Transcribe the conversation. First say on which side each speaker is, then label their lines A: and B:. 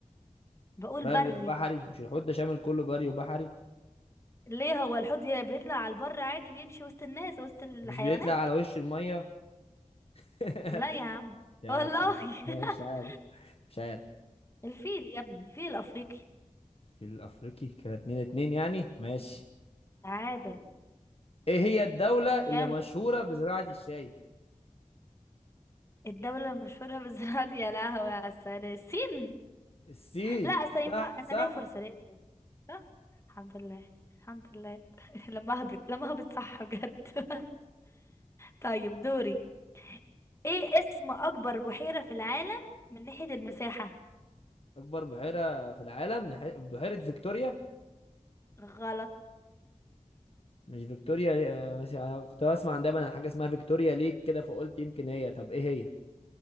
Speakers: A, on the left; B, on the left.
A: بقول
B: بري
A: بري
B: وبحري مش الحوت ده شامل كله بري وبحري
A: ليه هو الحوت بي- بيطلع على البر عادي بيمشي وسط الناس وسط الحيوانات
B: مش بيطلع على وش الميه <laughs>
A: لا يا عم
B: يا
A: والله
B: ت- مش
A: <laughs>
B: عارف مش عارف
A: الفيل يا ابني فيل افريقي
B: في الافريقي كده اتنين اتنين يعني ماشي
A: تعادل
B: ايه هي الدولة اللي
A: يلا
B: مشهورة بزراعة الشاي
A: الدولة المشهورة بزراعة يا لهوي على السلام الصين
B: الصين
A: لا أصل ينفع
B: صح
A: انا
B: صح
A: ليا فرصة ليا فرصة صح الحمد لله الحمد لله <laughs> لما اهبط لما اهبط صح بجد <laughs> طيب دوري ايه اسم اكبر بحيرة في العالم من ناحية المساحة
B: اكبر بحيرة في العالم بح- بحيرة فيكتوريا
A: غلط
B: مش فيكتوريا لي... آه، مثلا انا كنت بسمع عن دايما عن حاجه اسمها فيكتوريا ليك كده فقلت يمكن هي طب ايه هي